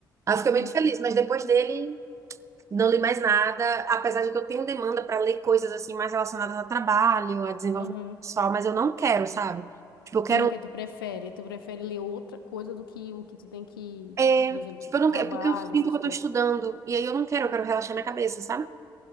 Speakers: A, on the right (about 25°); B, on the left (about 80°).
A: Aí eu fiquei muito
B: ma-
A: feliz, mas depois dele não li mais nada, apesar de que eu tenho demanda para ler coisas assim mais relacionadas ao trabalho, a desenvolvimento
B: Aham.
A: pessoal, mas eu não quero, sabe? Tipo, eu quero.
B: Tu não quer, tu prefere, tu prefere ler outra coisa do que o que tu tem que,
A: É,
B: por exemplo,
A: tipo, eu não
B: trabalho,
A: quero, porque eu sinto
B: essas
A: que eu
B: coisas.
A: tô estudando, e aí eu não quero, eu quero relaxar minha cabeça, sabe?